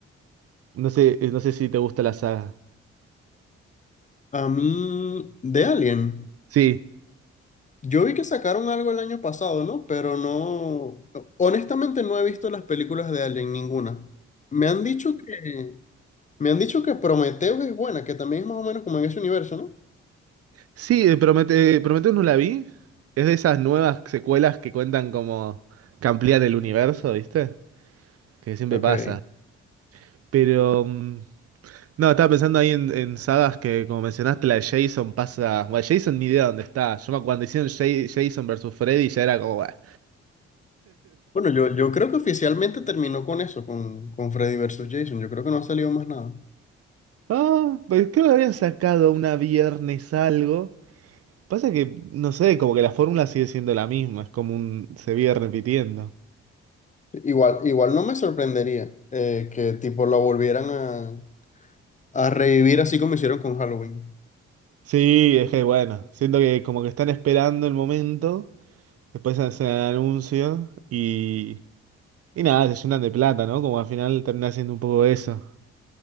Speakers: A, on the right; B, on the left.
A: no sé, eh, no sé si te gusta la saga.
B: A mí, de Alien,
A: Sí,
B: yo vi que sacaron algo el año pasado, ¿no? Pero no, honestamente no he visto las películas de Alien, ninguna. Me han dicho que, me han dicho que Prometheus es buena, que también es más o menos como en ese universo, ¿no?
A: sí, eh, Promete, eh, Prometheus no la vi. Es de esas nuevas secuelas que cuentan como que amplían el universo, ¿viste? Que siempre
B: Ok.
A: pasa. Pero mm, no, estaba pensando ahí en, en sagas que, como mencionaste, la de Jason pasa. Bueno, Jason ni idea dónde está. Yo me acuerdo cuando hicieron Ja- Jason versus Freddy ya era como. "Buah,
B: Bueno, yo, yo creo que oficialmente terminó con eso, con, con Freddy versus Jason. Yo creo que no ha salido más nada.
A: Ah, pues creo que habían sacado una viernes algo. Pasa que, no sé, como que la fórmula sigue siendo la misma, es como un, se viene repitiendo.
B: Igual, igual no me sorprendería eh, que tipo lo volvieran a, a revivir así como hicieron con Halloween.
A: Sí, es que bueno, siento que como que están esperando el momento, después hacen el anuncio y, y nada, se llenan de plata, ¿no? Como al final termina siendo un poco eso.